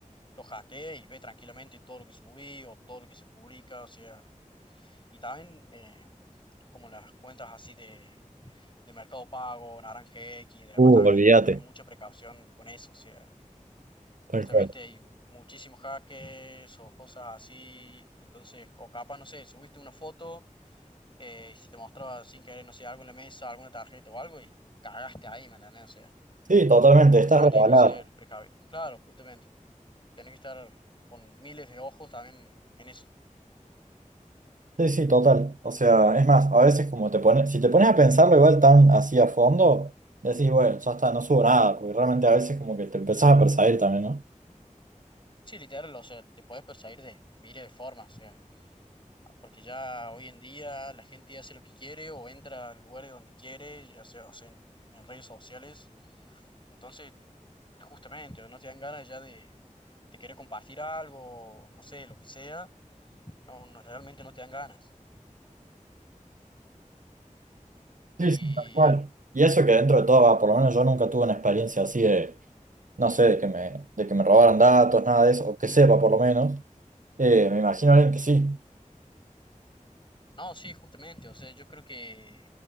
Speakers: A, on the left; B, on the right.
A: lo hackee y ve tranquilamente todo lo que subí o todo lo que se publica, o sea, y también eh, como las cuentas así de de Mercado Pago, Naranja X, y demás,
B: Uh,
A: también
B: olvídate.
A: hay que tener mucha precaución con eso, o sea,
B: Tal
A: justamente
B: cual.
A: hay muchísimos hackers o cosas así, entonces, o capaz, no sé, subiste una foto, eh, y si te mostraba sin querer, no sé, algo en la mesa, alguna tarjeta o algo, y cagaste ahí, ¿me entendés? O sea,
B: Sí, totalmente,
A: justamente
B: estás regalada.
A: hay que ser precavido, claro, justamente, tenés que estar con miles de ojos también en eso.
B: Sí, sí, total. O sea, es más, a veces como te pones, si te pones a pensarlo igual tan así a fondo, decís, bueno, ya está, no subo nada, porque realmente a veces como que te empezás a perseguir también, ¿no?
A: Sí, literal, o sea, te puedes perseguir de miles de formas, o sea, porque ya hoy en día la gente hace lo que quiere o entra al lugar de donde quiere, ya sea, o sea, en, en redes sociales. Entonces, justamente, no te dan ganas ya de, de querer compartir algo, no sé, lo que sea. No, no, realmente no te dan ganas. Y
B: Sí, sí, tal cual. Y eso que dentro de todo, va, por lo menos yo nunca tuve una experiencia así de, no sé, de que me, de que me robaran datos, nada de eso, o que sepa por lo menos. Eh, me imagino a alguien que sí.
A: no, sí, justamente, o sea, yo creo que,